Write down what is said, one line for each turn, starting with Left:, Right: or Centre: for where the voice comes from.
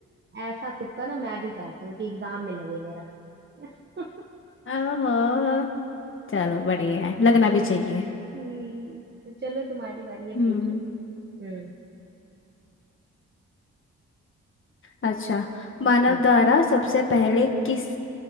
Right: ऐसा तुक्का ना मैं भी चाहती हूँ कि एग्जाम में लगे मेरा <laughs>
Left: <laughs> ओहो चलो बढ़िया है लगना भी चाहिए
Right: हम्म तो चलो तुम्हारी बारी है
Left: हम्म
Right: पूछो हम्म
Left: अच्छा मानव
Right: हम्म।
Left: द्वारा सबसे पहले किस